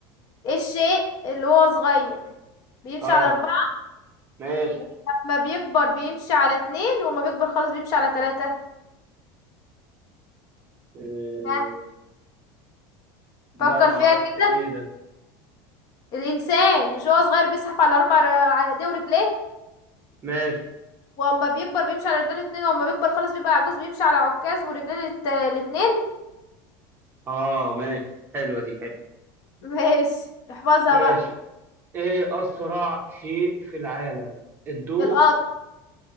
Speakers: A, on the left (about 40°); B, on the right (about 20°).
A: ايه الشيء اللي هو صغير بيمشي
B: اه
A: على أربعة
B: ماشي
A: ولما بيكبر بيمشي على اتنين واما بيكبر خالص بيمشي على ثلاثة
B: إيه...
A: ها
B: لا
A: فكر
B: ما
A: فيها
B: اعرفش
A: كده
B: ايه ده
A: الإنسان مش هو صغير بيزحف على أربع ر- على ايديه ورجليه
B: ماشي
A: واما بيكبر بيمشي على رجلين اتنين واما بيكبر خالص بيبقى عجوز بيمشي على عكاز ورجلين الت- الاتنين
B: اه ماشي حلوة دي حلوة
A: <laughs> ماشي احفظها
B: ماشي
A: بقى
B: ايه اسرع شيء في العالم الضوء
A: القط